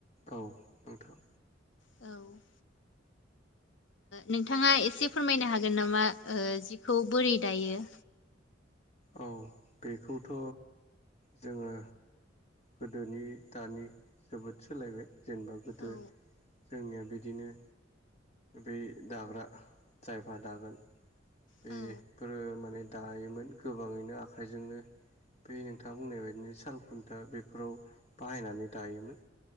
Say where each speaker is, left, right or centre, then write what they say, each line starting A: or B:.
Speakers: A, on the left; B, on the left.
A: औ नोंथां
B: औ नोंथाङा एसे फोरमायनो हागोन नामा जिखौ बोरै दायो
A: औ बेखौथ' जोङो गोदोनि दानि जोबोद सोलायबाय जेनेबा गोदो
B: औ
A: जोंनिया बिदिनो बै दाग्रा जायफा दागोन बे
B: औ
A: गो माने दायोमोन गोबाङैनो आखाइजोंनो बे नोंथाङा बुंनाय बायदिनो सालखुन्थि दा बेफोराव बाहायनानै दायोमोन